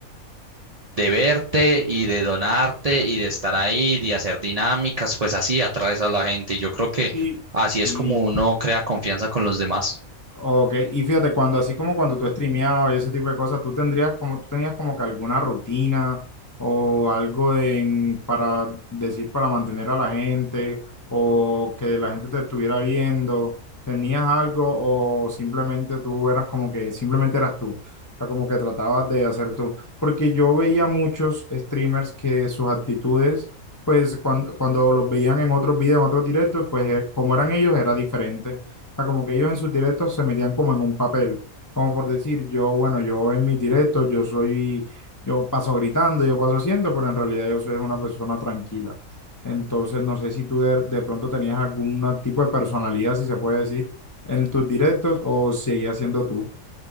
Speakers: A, on the right (about 50°); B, on the left (about 25°).
A: de verte y de donarte y de estar ahí, de hacer dinámicas, pues así atraes a la gente. Y yo creo que
B: sí.
A: así
B: Y
A: es como uno crea confianza con los demás.
B: Ok, y fíjate, cuando así como cuando tú streameabas y ese tipo de cosas, tú tendrías como, tú tenías como que alguna rutina o algo de- en- para decir, para mantener a la gente o que la gente te estuviera viendo, ¿tenías algo o simplemente tú eras como que, simplemente eras tú? O sea, como que tratabas de hacer tú. Porque yo veía muchos streamers que sus actitudes, pues cuando, cuando los veían en otros videos, en otros directos, pues eh, como eran ellos, era diferente sea, como que ellos en sus directos se metían como en un papel, como por decir, yo, bueno, yo en mis directos, yo soy, yo paso gritando, yo paso haciendo, pero en realidad yo soy una persona tranquila. Entonces, no sé si tú de, de pronto tenías algún tipo de personalidad, si se puede decir, en tus directos o seguías siendo tú.